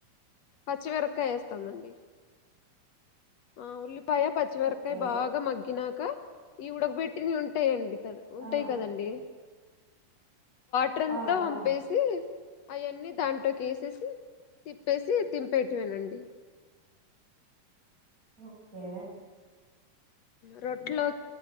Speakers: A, on the left; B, on the right.
A: పచ్చిమిరపకాయ వేస్త స్తామండి ఆ ఉల్లిపాయ పచ్చిమిరపకాయ
B: ఓకే
A: బాగా మగ్గినాక కా ఈ ఉడకబెట్టినవి ఉంటాయి అండి కదా ఉంటాయి
B: ఆ
A: కదండి టర్ అంత
B: ఆ
A: వంపేసి
B: ఆ
A: అయన్ని దాంట్లోకి వేసేసి తిప్పేసి దింపేయటమేనండి
B: ఓకే
A: రొట్లో